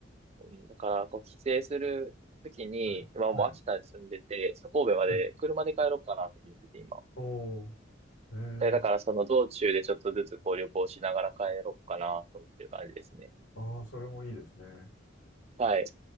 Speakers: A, on the right; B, on the left.
A: うんだから、こう、帰省するときに、
B: はい。
A: 今もう秋田に住んでて、
B: はい。
A: そう神戸まで車で帰ろうかなと思ってて、
B: はい。
A: 今。
B: おー。えー。
A: で、だからその道中でちょっとずつこう旅行しながら帰ろうかなと思ってる感じですね。
B: ああ、それもいいですね。
A: はい。